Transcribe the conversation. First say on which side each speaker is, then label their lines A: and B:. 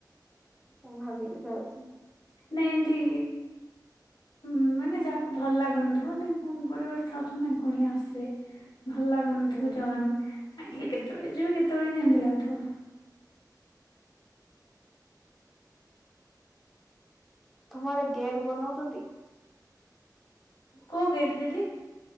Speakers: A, in the centre; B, on the left.
A: ମୁଁ ଭାବିକି ଥାଉଛି।
B: ନାଇଁ ଏମତି ଉଁ ମାନେ ଯାହାକୁ ଭଲ ଲାଗୁନଥିବ ଗୋଡେ ଗୋଟେ ଥାଉଛନ୍ତି ନା ପୁଣି ଆସଥିବେ। ଭଲ ଲାଗୁନଥିବ
A: ହୁଁ
B: ଯଉାନଙ୍କୁ ଆଲେ କେତେବେଳେ ଯିବେ କେତେବେଳେ ଯେମିତି ଲାଗୁଥିବ।
A: ତୁମ ଆଡେ ଗେଟ୍ ବନୋଉଚନ୍ତି?
B: କୋଉ ଗେଟ ଦିଦି?